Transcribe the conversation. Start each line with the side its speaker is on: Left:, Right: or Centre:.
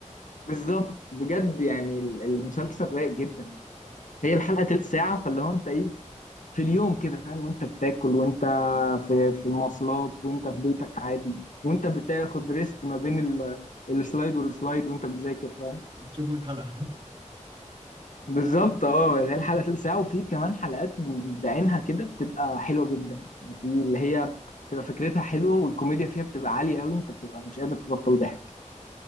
Left: بالظبط بجد يعني ال- المسلسل رايق جدا هي الحلقه تلت ساعه فاللي هو انت ايه في اليوم كده فاهم وانت بتاكل وانت في في المواصلات وانت في بيتك عادي وانت بتاخد ريست ما بين ال- السلايد والسلايد وانت بتذاكر فاهم
Right: <laughs> شوف لي حلقه
Left: بالظبط اه هي الحلقه تلت ساعه وفي كمان حلقات بعينها كده بتبقى حلوه جدا في اللي هي بتبقى فكرتها حلوه والكوميديا فيها بتبقى عاليه قوي انت بتبقى مش قادر تبطل ضحك